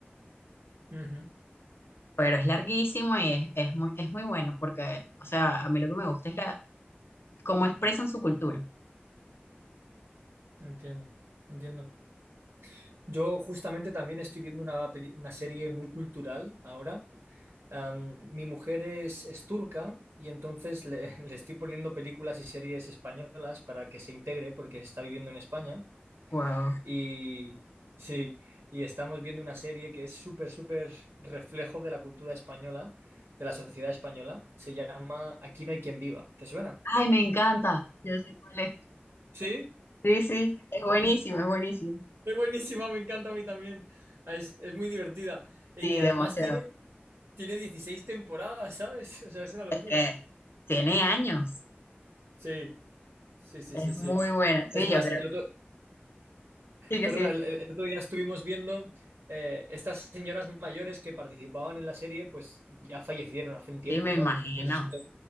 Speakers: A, on the right; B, on the left.
A: Ujú,
B: Pero es larguísima y es, es muy, es muy buena, porque, o sea, a mí lo que me gusta es la, cómo expresan su cultura.
A: Entiendo, entiendo. Yo justamente también estoy viendo una, peli- una serie muy cultural ahora. Am, mi mujer es, es turca y entonces le, <laughs> le estoy poniendo películas y series españolas para que se integre porque está viviendo en España.
B: Wow.
A: Y <laughs> sí, y estamos viendo una serie que es súper, súper reflejo de la cultura española, de la sociedad española. Se llama Aquí no hay quien viva. ¿Te suena?
B: Ay, me encanta. Yo sé cuál es.
A: Sí,
B: Sí, sí, es buenísimo, es buenísimo.
A: es buenísima, me encanta a mí también. Es, es muy divertida. y
B: Sí,
A: y además
B: demasiado.
A: tiene... Tiene 16 temporadas, ¿sabes? <laughs> O sea, es una locura.
B: Es que tiene años.
A: Sí, sí, sí,
B: Es
A: sí, sí.
B: muy buena. Sí,
A: Es más,
B: yo creo.
A: el otro,
B: Sí, que
A: perdona,
B: sí.
A: el, el- el otro día estuvimos viendo eh, estas señoras mayores que participaban en la serie, pues ya fallecieron hace un tiempo,
B: Sí, me
A: ¿sabes?
B: imagino.
A: Entonces, eso, te-